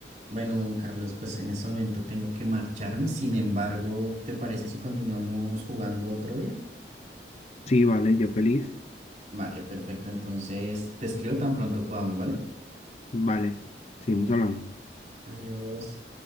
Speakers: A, on the right; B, on the left.
A: Bueno, Carlos, pues en este momento tengo que marcharme. Sin embargo, ¿te parece si continuamos jugando otro día?
B: Sí, vale, yo feliz.
A: Vale, perfecto. Entonces, te escribo tan pronto podamos, ¿vale?
B: Vale, seguimos hablando.
A: Adiós.